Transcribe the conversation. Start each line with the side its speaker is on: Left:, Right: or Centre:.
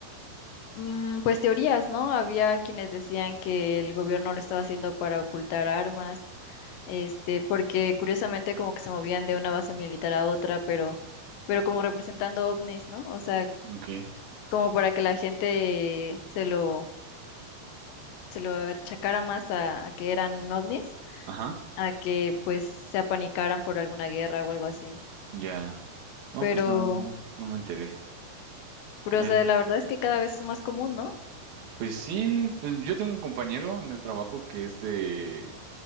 Left: mm, pues teorías, ¿no? Había quienes decían que el gobierno lo estaba haciendo para ocultar armas. este, porque curiosamente como que se movían de una base militar a otra, pero, pero como representando ovnis, ¿no? O sea,
Right: Ok,
Left: como para que la gente se lo, se lo achacara más a, a que eran ovnis,
Right: ajá,
Left: a que pues se apanicaran por alguna guerra o algo así.
Right: ya. No,
Left: Pero,
Right: pues no, no, no me enteré.
Left: pero,
Right: Oye,
Left: o sea, la verdad es que cada vez es más común, ¿no?
Right: pues sí, pues yo tengo un compañero en el trabajo que es de,